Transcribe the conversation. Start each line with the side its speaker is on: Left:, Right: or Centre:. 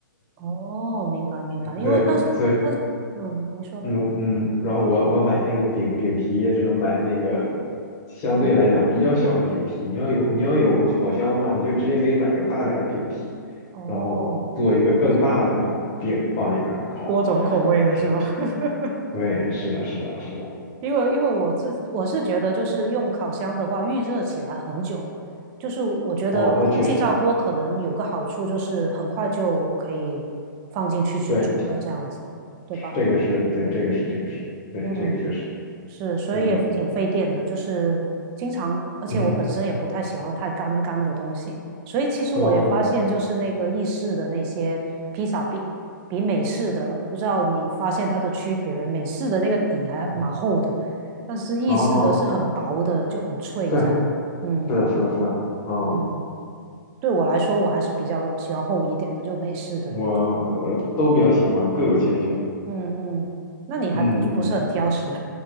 Right: 哦，明白明白，因为但是
Left: 对，所以
Right: 嗯，您说，
Left: 嗯嗯，然后我我买那个饼饼皮也只能买那个相对来讲比较小的饼皮。
Right: 嗯，
Left: 你要有你要有烤箱的话，
Right: 哦。
Left: 你就直接可以买个大点儿的饼皮，
Right: 哦，
Left: 然后做一个更大的饼放里面儿烤。
Right: 这样子多种口味的是吧？
Left: 是，
Right: <laughs>
Left: 对，是的，是的，是的。
Right: 因为因为我自我是觉得，就是用烤箱的话，预热起来很久，就是我觉得空气炸锅可能有个好处，
Left: 哦，那确实，
Right: 就是很快就可以放进去去煮了，
Left: 对，
Right: 这样子，对吧？
Left: 这个是对，这个是这个是对，
Right: 嗯
Left: 这个确实，
Right: 是，所以也挺费电的，
Left: 嗯
Right: 就是经常，而且我本身也不太喜欢太干干的东西，
Left: 嗯
Right: 所以其实我也发现，
Left: 哦。
Right: 就是那个意式的那些披萨饼，比美式的，我不知道你发现它的区别没？美式的那个底还蛮厚的，
Left: 嗯
Right: 但是意式的是很薄的，
Left: 哦，
Right: 就很脆这样。
Left: 对，
Right: 嗯
Left: 是的，是的，是的，嗯，
Right: 嗯，对我来说，我还是比较喜欢厚一点的，就美式的那种。
Left: 我呃都比较喜欢，
Right: 嗯
Left: 各有千秋。
Right: 嗯嗯，那你还不不是很挑食？
Left: 嗯嗯